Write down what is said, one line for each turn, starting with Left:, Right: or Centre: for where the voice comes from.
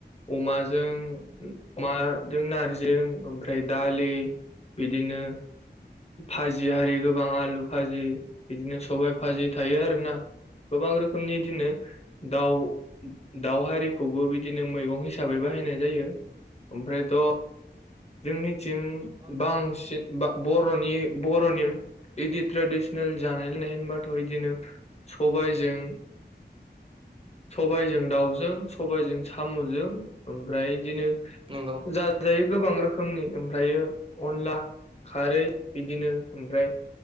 Left: अमा। जों अमाजों नारजिजों ओंख्रि। दालि बिदिनो भाजि आरि गोबां आलु। भाजि बिदिनो सबायाइ भाजि थायो आरोना। गोबां रोखोमनि बिदिनो दाउ दाउ हारिखौबो बिदिनो मैगं हिसाबै बाय। बाहायनाय जायो ओमफ्रायथ' जोंनिथिं
Right: औ
Left: बांसिन
Right: औ
Left: बा। बर'नि बर'नि। इदिन्थृ ट्रेडिसनेल जानाय लोंनाय होनबाथ' बिदिनो सबायाइजों। सबायजों दाउजों सबायाइजों साम'जों। ओमफ्राय बिदिनो
Right: नंगौ औ नंगौ
Left: जाजायो गोबां रोखोमनि ओमफ्रायो अनला। खारै बिदिनो ओमफ्राय